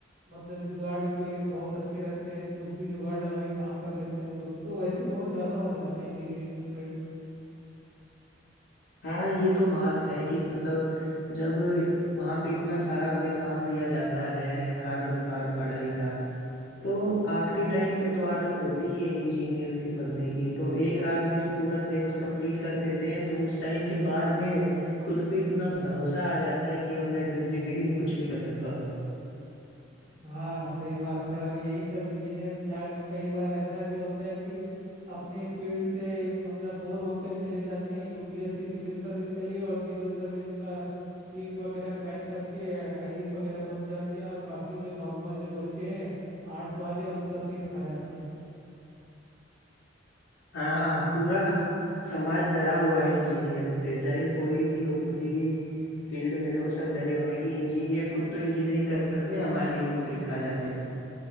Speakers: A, on the right; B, on the left.
A: मतलब जुगाड़ के बहुत अच्छे रहते हैं कुछ भी जुगाड़ लगा के काम कर लेते हैं हम लोग तो वैसे बहुत ज़्यादा हो जाते हैं इंजीनियरिंग स्टूडेंट
B: हाँ ये तो बात है कि मतलब जब वहां पे इतना सारा हमें काम दिया जाता है हर बार पढ़ाई का तो आखिरी टाइम पे तो आदत होती ही है इंजीनियर्स की पढ़ने की तो एक रात में जो पूरा सिलेबस कंप्लीट कर देते हैं तो उस टाइम के बाद में खुद पे इतना भरोसा आ जाता है कि अब मैं दु- जिंदगी में कुछ भी कर सकता हूँ
A: हाँ सही बात है और यही सब इंजीनियर क्या कई बार ऐसा भी होता है कि अपने फील्ड से मतलब बोर होकर चले जाते हैं यूपीएससी सिविल सर्विस के लिए और सिविल सर्विस का सीट वगैरह क्रैक करके आईएएस वगैरह बन जाते हैं और बाकी जो नॉर्मल जो बच्चे हैं आर्ट्स वाले उनका सीट खा जाते हैं
B: हाँ हाँ, पूरा समाज डरा हुआ है इंजीनियर से चाहे कोई भी हो किसी भी फील्ड में हो सब डरे हुए हैं कि इंजीनियर खुद तो इंजीनियरिंग करते हैं हमारी भी नौकरी खा जाते हैं